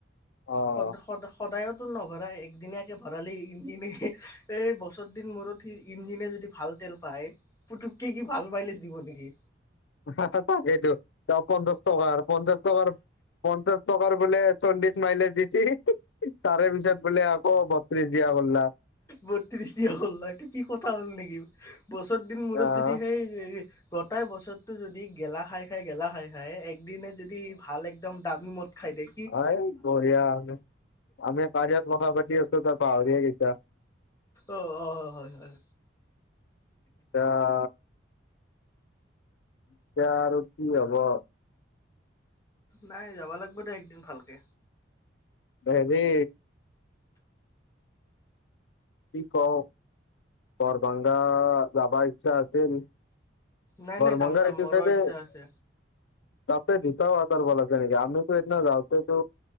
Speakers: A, on the left; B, on the left.
A: অ
B: সদ সদ সদায়তো নভৰাই একদিনীয়াকৈ ভৰালে ইঞ্জিনে এই বছৰ দিন মূৰত সি ইঞ্জিনে যদি ভাল তেল পাই, পুতুককে কি ভাল মাইলেছ দিব নেকি।
A: ছাছা তাকেতো তেওঁ পঞ্চাশ টকাৰ পঞ্চাশ টকাৰ পঞ্চাশ টকাৰ বোলে চল্লিশ মাইলেজ দিছি তাৰে পিছত বোলে আকৌ বত্ৰিছ দিয়া কৰলা।
B: বত্ৰিশ দিয়া হ'ল্লা, কি কথা হ'ল নেকি। বছৰ দিন মূৰত
A: আহ
B: যদি সেই গটাই বছৰটো যদি গেলা খাই খাই গেলা খাই খাই একদিনে যদি ভাল একদম দামী মদ খাইদে
A: হয় বঢ়িয়া, আমি কায়াত কথা পাতি আছো তই পাহৰিয়ে গেইছা।
B: অ' অ 'হয় হয় হয়।
A: <unintelligible> এতিয়া আৰু কি হব?
B: নাই যাব লাগব দে একদিন ভালকে।
A: হেৰী কি কওঁ, বৰভাংগা যাবা ইচ্ছা আছিল।
B: নাই
A: বৰভাংগাৰ
B: নাই যাম যাম
A: এইটো
B: মোৰো
A: চাইডে
B: ইচ্ছা আছে।
A: তাতে <unintelligible> নেকি আমিতো সেই দিনা যাওঁতেতো